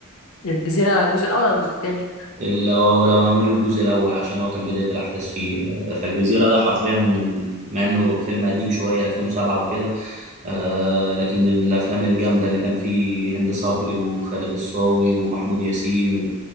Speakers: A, on the left; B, on the right.
A: الجزيره الجزء الاول ولا الجزء الثاني
B: لو لو هنقول الجزء الاول عشان هو كان بدايه الاحداث فيه فالجزيره ده حرفيا من مع انه فيلم قديم شويه 2007 وكده آه لكن من الافلام الجامده اللي كان فيه هند صبري وخالد الصاوي ومحمود ياسين و...